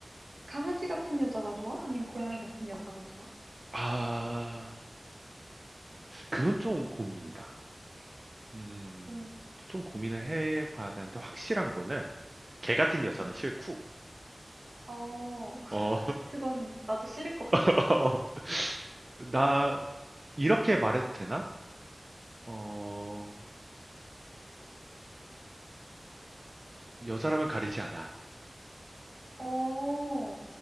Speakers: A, on the right; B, on the right.
A: 강아지 같은 여자가 좋아? 아니면 고양이 같은 여자가 좋아?
B: 아. 그건 좀 고민이다. 음.
A: 오.
B: 좀 고민을 해 봐야 되는데 확실한 거는 걔 같은 여자는
A: 응.
B: 싫고
A: 어, <laughs>
B: 어
A: 그건 나도 싫을 것 같아.
B: <laughs> 나 이렇게 말해도 되나? 어 여자라면 가리지 않아.
A: 어,